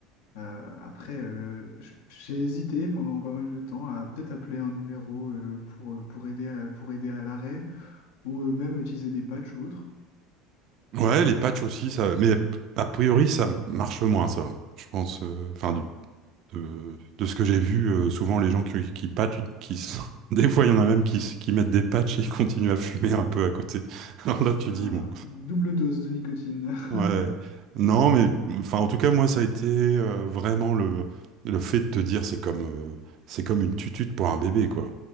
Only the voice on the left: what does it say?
Euh, après, euh, j- j'ai hésité pendant pas mal de temps à peut-être appeler un numéro euh, pour, pour aider à- pour aider à l'arrêt, ou euh, même utiliser des patchs ou autre.
Ah,
double dose de nicotine. <laughs>